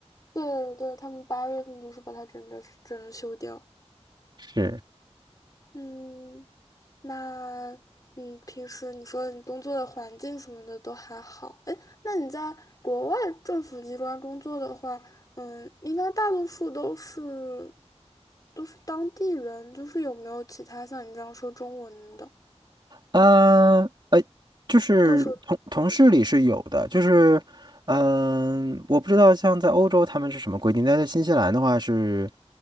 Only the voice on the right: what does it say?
是。
嗯，呃，就是同同事里是有的，
就是嗯、我不知道像在欧洲他们是什么规定，但在新西兰的话是